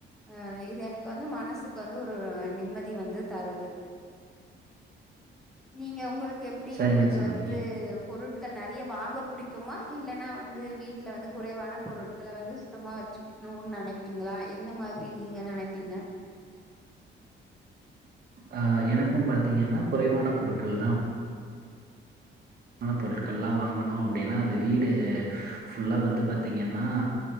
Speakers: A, in the centre; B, on the right (about 50°).
A: அ இது எனக்கு வந்து மனசுக்கு வந்து ஒரு நிம்மதி வந்து தருது நீங்க உங்களுக்கு எப்டி
B: சரியா
A: உங்களுக்கு
B: சொன்னீங்க
A: வந்து பொருட்கள் நெறைய வாங்க புடி க்குமா இல்லன்னா வந்து வீட்ல வந்து குறைவான பொருட்கள வந்து சுத்தமா வெச்சுக்கணுனு நெனப்பீங்ளா எந்த மாதிரி நீங்க நெனப்பீங்க
B: ஆ எனக்கு பாத்தீங்கன்னா குறைவான பொருட்கள் தா பொருட்கள்லா வாங்கணு அப்டின்னா அது வீடு ஃபுல்லா வந்து பாத்தீங்கன்னா